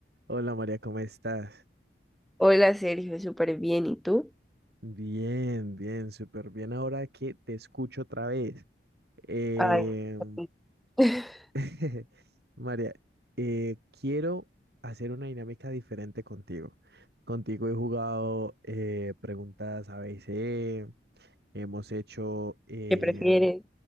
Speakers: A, on the right; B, in the centre.
A: Hola María, ¿cómo estás?
B: Hola Sergio, súper bien. ¿Y tú?
A: Bien, bien, súper bien. Ahora que te escucho otra vez. Eh,
B: Ay, sí. <laughs>
A: <laughs> María, eh, quiero hacer una dinámica diferente contigo. Contigo he jugado eh, preguntas ABC, hemos hecho eh,
B: ¿Qué prefieres?